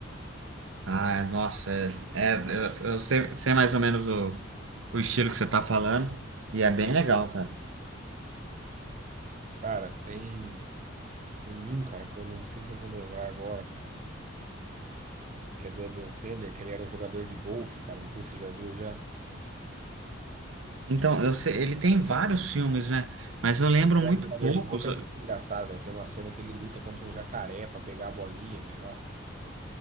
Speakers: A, on the right; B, on the right.
A: Ah, nossa, é, é, eu, eu sei, sei mais ou menos o, o estilo que você tá falando, e é bem legal, cara.
B: Cara, tem, tem um, cara, que eu não sei se eu vou lembrar agora, cara. Que é do Adam Sandler, que ele era um jogador de golfe, cara. Não sei se você já viu já.
A: Então, eu sei, ele tem vários filmes, né? Mas eu lembro
B: Ele
A: muito
B: era jogador
A: poucos.
B: de golfe, é muito engraçado, velho. Tem uma cena que ele luta contra um jacaré pra pegar a bolinha, velho. Nossa,